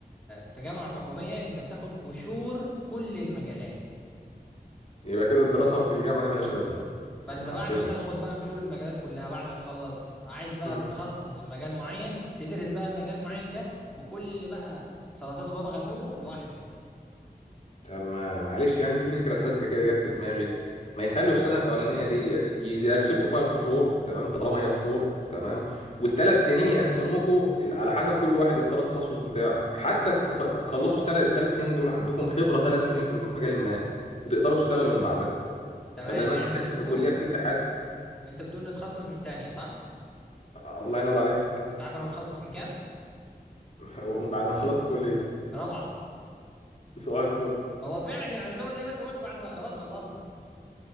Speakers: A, in the centre; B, on the left.
A: في جامعه حكوميه انت بتاخد قشور كل المجالات
B: يبقى كده الدراسة في الجامعة دي ملهاش لازمة
A: فانت
B: يعني حرفيا
A: بعد ما تاخد بقى قشور المجالات كلها بعد ما تخلص عايز بقى
B: مم.
A: تتخصص في مجال معين تدرس بقى المجال المعين ده بكل بقى سلطاته بابا غنوجه لوحدك
B: طب ما معلش يعني في فكرة ساذجة كده جت في دماغي ما يخلوا السنة الأولانية ديت يدرسوا لكم فيها القشور تمام طالما هي قشور تمام والثلاث سنين يقسموكوا ال- على حسب كل واحد يختار التخصص بتاعه حتى تخ... تتخلصوا السنة الثلاث سنين دول عندكم خبرة ثلاث سنين في مجال ما وتقدروا تشتغلوا من بعدها
A: تمام
B: بدل ما
A: يعني
B: أنت
A: انت
B: خارج
A: بتقول
B: من الكلية بتبدأ حياتك
A: انت بتقول نتخصص من تانية صح
B: الله ينور عليك
A: انت عارف انا متخصص من كام
B: <laughs> وبعد ما خلصت كلية
A: رابعة
B: صباح
A: هو فعلا يعني يعتبر زي ما انت قلت بعد ما خلاص خلصنا